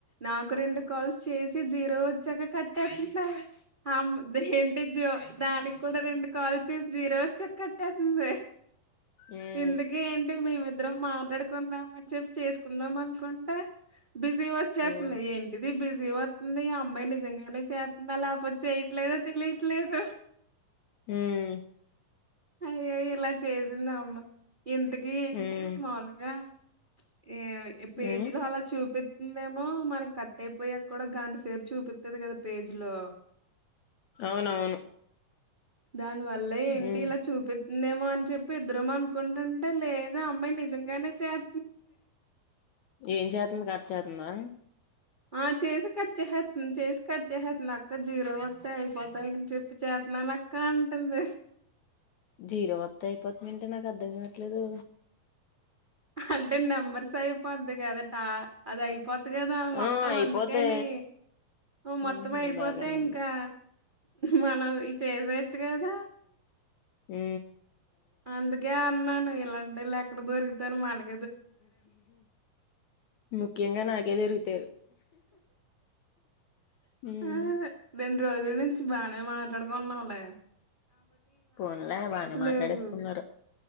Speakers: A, on the right (about 50°); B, on the left (about 70°).
A: నాకు రెండు కాల్స్ చేసి జీరో వచ్చాక కట్టేసింటారు ఆ అమ్మాయి జ దానికి కూడా రె కాల్చిస్ జీరో కట్టే తానది
B: ఉమ్
A: ఇంతాకి ఏంటి మేము ఇద్దరం మాట్లాడుకుందాం అని చెప్పి చేసుకుందాం అనుకుంటే బిజీ వచ్చేస్తుంది
B: ఉమ్
A: ఏంటిది బిజీ జీ వతనది అమ్మాయి నిజంగానే చెస్ లేపోతే చ్చేయట్లేదు తెల ఇట్లేతే
B: మ్మ్
A: అయ్యో ఇలా చేసింది అమ్మ ఇంతకి ఏంటి
B: ఉమ్
A: మాములుగా ఏ పేజీ
B: ఉమ్
A: లో అలా చూపి ఇందేమో మనకి కట్ అయిపోయాక కూడా గంట సేపు చూపితుది కదా పేజీ లో
B: అవునవును
A: దాని వల్ల ఏంటి
B: ఉమ్
A: ఇలా చూపి నేమో అని చెప్పి ఇద్దరమ అనుకుంటుంటే లేద అమ్మాయి నిజంగానే చెప్ప
B: ఏం చేతుంది కక్ట్ చేతుందా
A: ఆ చేసి కట్ చేసస్తుంది చేసి కట్ చేసేస్తుంది అక్క జీరో వస్తే అయిపోతాయి ఇ ట్రిప్ చేస్తున్నాని అక్క అంటుంది
B: జీరో వత్త అయిపోత మంటే నాకు అర్ధం కావట్లేదు
A: అంటే నెంబర్స్ అయిపోద్ది కదా టా అది అయిపో అయిపోది కదా మొత్తం
B: ఆ అయిపోద్ది
A: అందుకని మొత్తం
B: ఉహు
A: అయిపోతే
B: బాగానే ఉంది
A: ఇంకా మనం చేసవచ్చు కదా
B: మ్మ్
A: అందుకే న్నాను ఇలాంటేళ్ళ ఎక్కడ దొరుకుతారు మనకి
B: ముఖ్యంగా నా ఏదేరు ఇతేరు ఉమ్
A: ఆ రెండు రోజుల నుంచి బానె మా ఎక్కడకొన్నావులే
B: పోన్లే బానే మాట్లాడేసుకున్నారు
A: లేవు.